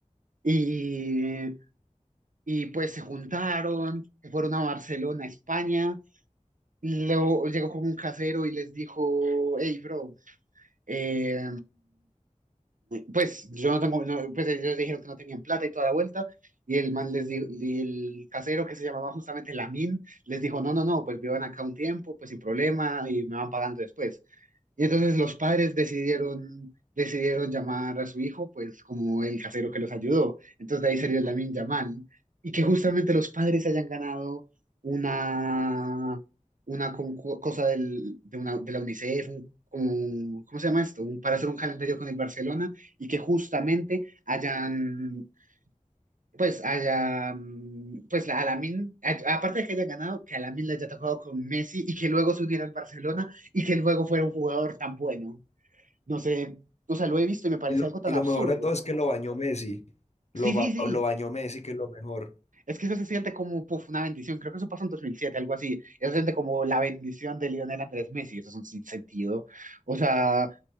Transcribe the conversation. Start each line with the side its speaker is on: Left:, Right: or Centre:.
Right: Y, y pues se juntaron, se fueron a Barcelona, España, y luego llegó como un casero y les dijo, hey, bro, eh, Pues yo no tengo, no, pues ellos dijeron que no tenían plata y toda la vuelta, y el man les dijo, y el casero que se llamaba justamente Lamin, les dijo, no, no, no, pues vivan acá un tiempo, pues sin problema, y me van pagando después. Y entonces los padres decidieron, decidieron llamar a su hijo, pues como el casero que los ayudó. Entonces de ahí salió el Lamin Yamal, y que justamente los padres hayan ganado una, una con- co- cosa del, de, una, de la UNICEF, un como, un- ¿cómo se llama esto? Un- para hacer un calendario con el Barcelona y que justamente hayan, pues, hayan, pues, la Alamin, aparte de que hayan ganado, que Alamin le haya tocado con Messi y que luego se uniera al Barcelona y que luego fuera un jugador tan bueno. No sé, o sea, lo he visto y me parece
Left: Y lo,
Right: algo tan
Left: y lo
Right: absurdo.
Left: mejor de todo es que lo bañó Messi,
Right: Sí,
Left: lo, ba-
Right: sí, sí.
Left: lo bañó Messi, que es lo mejor.
Right: Es que eso se siente como puff, una bendición. Creo que eso pasó en 2007, algo así. Eso se siente como la bendición de Lionel Andrés Messi. Eso es un sinsentido. O sea,